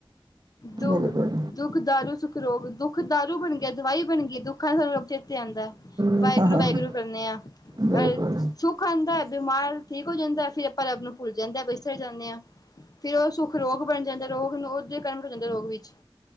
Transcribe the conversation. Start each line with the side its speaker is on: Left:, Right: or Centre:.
Left: ਦੁ,
Right: ਬਿਲਕੁਲ
Left: ਦੁੱਖ ਦਾਰੂ ਸੁੱਖ ਰੋਗ, ਦੁੱਖ ਦਾਰੂ ਬਣ ਗਿਆ, ਦਵਾਈ ਬਣ ਗਈ, ਦੁੱਖਾਂ ਸੂੰ ਤੇ ਆਂਦਾ,
Right: ਬਿਲਕੁਲ
Left: ਵਾਹਿਗੁਰੂ-ਵਾਹਿਗੁਰੂ ਕਰਨੇ ਆ। ਅ
Right: ਬਿਲਕੁਲ
Left: ਸੁੱਖ ਆਂਦਾ, ਬਿਮਾਰ ਠੀਕ ਹੋ ਜਾਂਦਾ ਫਿਰ ਆਪਾਂ ਰੱਬ ਨੂੰ ਭੁੱਲ ਜਾਂਦਾ, ਬਿਸਰ ਜਾਂਦੇ ਆ, ਫਿਰ ਉਹ ਸੁੱਖ ਰੋਗ ਬਣ ਜਾਂਦਾ ਰੋਗ ਨੂੰ ਉਹ ਜੇ ਕਰਮ ਹੋ ਜਾਂਦਾ, ਰੋਗ ਵਿੱਚ।